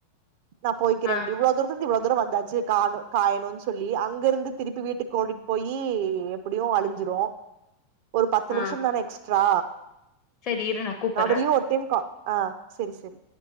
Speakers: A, on the right; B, on the left.
A: நா போய்க்கிறன்
B: ஆ
A: இவ்ளோ தூரத் ந்து இவ்ளோ தூரோ வந்தாச்சு காணு காயணுன் சொல்லி அங்க இருந்து திருப்பி வீட்டுக்கு ஓடி போயி எப்படியு அழிஞ்சிரு ஒரு பத்து நிமிஷந்
B: ஆ
A: தான எக்ஸ்ட்ரா
B: சரி இரு நா கூப்பறே
A: நடுலயு ஒரு டிம்கா ஆ சரி சரி